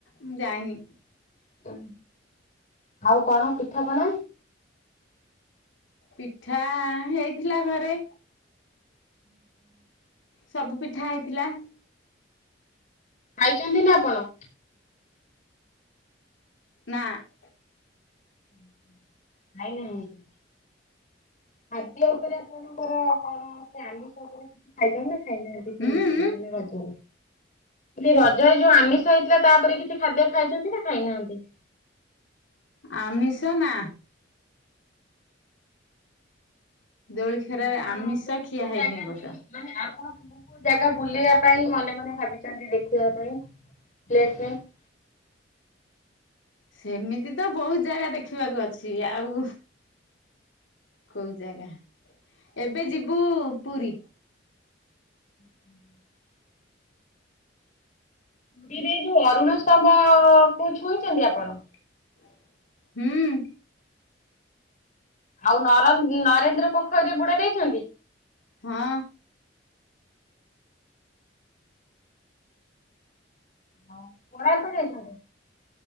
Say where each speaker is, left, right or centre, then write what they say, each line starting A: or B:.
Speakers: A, on the left; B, on the left.
A: ମୁଁ ଯାଇନି।
B: ଓ ଆଉ କଣ ପିଠାପଣା?
A: ପିଠା ହେଇଥିଲା ଘରେ।
B: ହୁଁ ଉ
A: ସବୁ ପିଠା ହେଇଥିଲା।
B: ଖାଇଛନ୍ତି ନା ଆପଣ?
A: ନା ଆ
B: ହୁଁ ଖାଇବ ନାହିଁକି? ଖାଦ୍ୟ ଉପରେ ଆପଣଙ୍କର କଣ, ସେ ଆମିଷ ଉପରେ? <unintelligible> ନା ଖାଇନା ଏଇ
A: ଉଁ ଉଁ
B: ମାନେ ରଜରେ ରଜରେ ଯୋଉ ଆମିଷ ହେଇଥିଲା ତାପରେ କିଛି ଖାଦ୍ୟ ଖାଇଛନ୍ତି ନା, ଖାଇନାହାନ୍ତି?
A: ଆମିଷ ନା। ଦୋଳି ଖରରେ
B: ଆପଣ
A: ଆମିଷ
B: କେଉଁ
A: ଖିଆ
B: କୋଉ
A: ହେଇନି
B: ଜାଗା
A: ଏ ବର୍ଷ।
B: ବୁଲି ମାନେ ଆପଣ କୋଉ କୋଉ ଜାଗା ବୁଲିବା ପାଇଁ ମନେ ମନେ ଭାବିଛନ୍ତି ଦେଖିବା ପାଇଁ? <unintelligible>
A: ସେମିତି ତ ବହୁତ ଜାଗା ଦେଖିବାକୁ ଅଛି, ଆଉ କୋଉ ଜାଗା? ଏବେ ଯିବୁ ପୁରୀ।
B: ହୁଁ ପୁରୀରେ ଯୋଉ ଅରୁଣ ସ୍ତମ୍ଭ କୁ ଛୁଇଁଛନ୍ତି ଆପଣ?
A: ହୁଁ
B: ଆଉ ନରେନ୍ଦ୍ର ପୋଖରୀରେ ବୁଡ ଦେଇଛନ୍ତି?
A: ହଁ ଅ
B: ହଁ କୋଣାର୍କ ଯାଇଛନ୍ତି?